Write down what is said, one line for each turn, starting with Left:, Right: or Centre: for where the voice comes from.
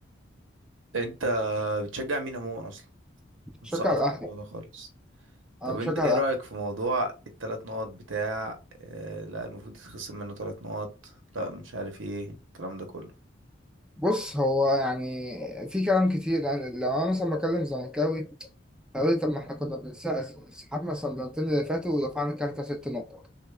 Right: انت بتشجع مين عموما اصلا مسقط
Centre: شجع الأهلي
Right: الموضوع ده خالص
Centre: أنا
Right: طب
Centre: مشجع
Right: انت ايه
Centre: الأهلي
Right: رأيك في موضوع التلات نقط بتاع اه لا المفروض يتخصم منه تلات نقط لا مش عارف ايه الكلام ده كله
Centre: بص هو يعني في كلام كتير يعني لو انا مثلا بكلم زملكاوي هيقول لي طب ما احنا كنا بنسحب سحبنا الصندلتين اللي فاتوا ودفعنا كارتة ست نقط